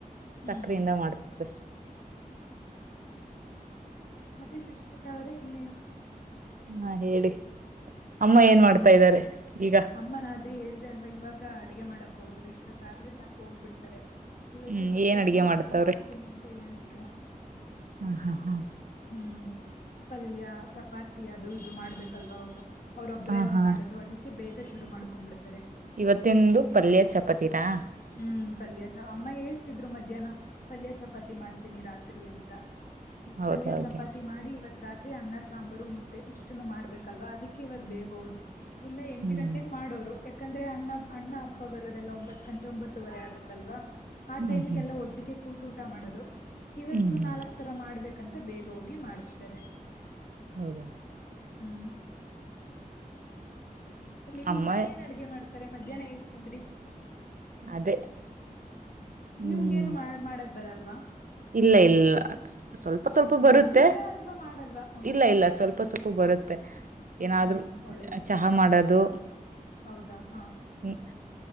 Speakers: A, on the left (about 80°); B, on the right (about 65°).
A: ಹ್ಮ್
B: ಸಕ್ಕರೆಯಿಂದ ಮಾಡತ್ ಷ್ಟೆ.
A: ಮತ್ತೆ ಸುಶ್ಮಿತಾ ಅವ್ರೇ ಇನ್ನೇನು.
B: ಹಾ ಹೇಳಿ ಅಮ್ಮ ಏನ್ ಮಾಡ್ತಾ ಇದ್ದಾರೆ ಈಗ.
A: ಅಮ್ಮನ ಅದೇ ಹೇಳ್ದೆ ಅಲ್ವ ಇವಾಗ ಅಡುಗೆ ಮಾಡಕ್ ಹೋದ್ರು ಇಷ್ಟೊತ್ತಾದ್ರೆ ಸಾಕು ಹೋಗ್ಬಿಡ್ತಾರೆ. ಇವತ್ತು
B: ಹ್ಮ್
A: ಸ್ವಲ್ಪ
B: ಏನ್
A: ಒಂದ್
B: ಅಡ್ಗೆ
A: ಮೂರ್
B: ಮಾಡತ್ತವ್ರೆ
A: ತರ ಮಾಡ್ತೀನಿ ಅಂತ ಹೇಳಿದ್ರು.
B: ಹಾ ಹಾ ಹಾ
A: ಹ್ಮ್ ಪಲ್ಯ ಚಪಾತಿ ಅದು ಇದು ಮಾಡ್ಬೇಕಲ್ವಾ ಅವ್ರು. ಅವರೊಬ್ಬರೇ
B: ಹಾ
A: ಅಲ್ವಾ
B: ಹಾ
A: ಮಾಡೋದು ಅದಕ್ಕೆ ಬೇಗ ಶುರು ಮಾಡ್ಕೊಂಡ್ಬಿಡ್ತಾರೆ.
B: ಇವತ್ತಿಂದು ಪಲ್ಯ ಚಪಾತೀ ನಾ.
A: ಹ್ಮ್ ಪಲ್ಯ ಚ ಅಮ್ಮ ಹೇಳ್ತಿದ್ರು ಮಧ್ಯಾಹ್ನ ಪಲ್ಯ ಚಪಾತಿ ಮಾಡ್ತೀನಿ ರಾತ್ರಿ ಅಂತ.
B: ಹೌದೌದು
A: ಪಲ್ಯ ಚಪಾತಿ ಮಾಡಿ ಇವತ್ತು. ರಾತ್ರಿ ಅನ್ನ ಸಾಂಬಾರು ಮುದ್ದೆ ಇಷ್ಟುನು ಮಾಡ್ಬೇಕಲ್ವಾ ಅದಿಕ್ಕೆ ಇವತ್ ಬೇಗ ಹೋದ್ರು. ಇಲ್ಲ ಎಂಟು
B: ಹ್ಮ್
A: ಗಂಟೆಗೆ ಮಾಡೋರು ಯಾಕಂದ್ರೆ ಅಣ್ಣ ಅಣ್ಣ ಅಪ್ಪ ಬರೋದೆಲ್ಲಾ ಒಂಬತ್ತು ಗಂಟೆ ಂಬತ್ತುವರೆ ಆಗಲ್ವಾ ಆ
B: ಹ್ಮ್
A: ಟೈಮಗೆಲ್ಲ
B: ಹ್ಮ್
A: ಒಟ್ಟಿಗೆ ಕೂತ ಊಟ ಮಾಡೋದು ಇವತ್ತು
B: ಹ್ಮ್ ಹ್ಮ್
A: ನಾಲ್ಕು ಇತರ ಮಾಡ್ಬೇಕಂತ ಬೇಗ ಹೋಗಿ ಮಾಡ್ತಿದ್ದಾರೆ.
B: ಹೌದಾ
A: ಹ್ಮ್ ನಿಮ್ಮಮ್ಮ
B: ಅಮ್ಮ
A: ಏನ್ ಅಡ್ಗೆ ಮಾಡ್ತಾರೆ ಮಧ್ಯಾಹ್ನ ಏನು ತಿಂದ್ರಿ
B: ಅದೇ ಹ್ಮ್
A: ನಿಮ್ಗ ಏನು ಮಾಡ ಮಾಡಕ್ ಬರಲ್ವಾ
B: ಇಲ್ಲ ಇಲ್ಲ ಸ್ವಲ್ಪ ಸ್ವಲ್ಪ ಬರುತ್ತೆ
A: ಕಲ್ತಿದ್ದೀರಾ ಅಥವಾ ಮಾಡಲ್ವಾ ಹ್ಮ್
B: ಇಲ್ಲ ಇಲ್ಲ ಸ್ವಲ್ಪ ಸೊಪ್ಪು ಬರುತ್ತೆ ಏನಾದ್ರರು
A: ಹ್ಮ್ ಒಳ್ಳೇದು
B: ಹ ಮಾಡೋದು
A: ಹೌದಾ ಹಾ
B: ಹ್ಮ್